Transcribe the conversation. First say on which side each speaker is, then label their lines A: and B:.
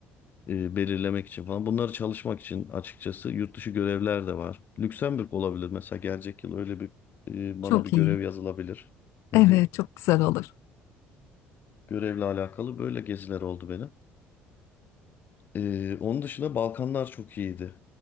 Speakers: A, on the left; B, on the left.
A: e, belirlemek için falan bunları çalışmak için açıkçası yurt dışı görevler de var. Lüksemburg olabilir mesela gelecek yıl öyle bir e,
B: Çok
A: bana bir görev
B: iyi.
A: yazılabilir.
B: Evet,
A: Hı hı.
B: çok güzel olur.
A: Görevle alakalı böyle geziler oldu benim. E, onun dışında Balkanlar çok iyiydi.